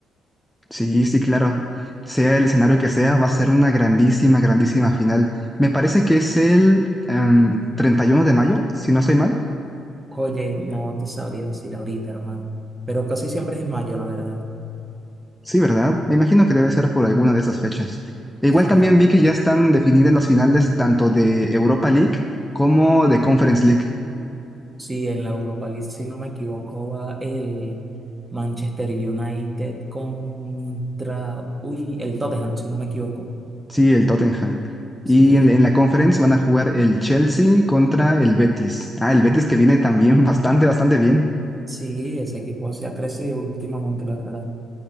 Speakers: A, in the centre; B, on the right (about 15°).
A: Sí, sí, claro. Sea el escenario que sea, va a ser una grandísima, grandísima final. Me parece que es el em, 31 de mayo, si no estoy mal.
B: Oye, no te sabría decir ahorita, hermano. Pero casi siempre es en mayo, la verdad.
A: Sí, ¿verdad? Me imagino que debe ser por alguna de esas fechas. E Igual
B: Sí,
A: también vi que ya están definidas las finales tanto de Europa League como de Conference League.
B: sí, en la Europa League, si no me equivoco, va el Manchester United contra, uy, el Tottenham, si no me equivoco.
A: Sí, el Tottenham. Y
B: Sí,
A: en, la en la Conference van a jugar el Chelsea contra el Betis. Ah, el Betis que viene también <laughs> bastante, bastante bien.
B: sí, ese equipo se ha crecido últimamente, la verdad.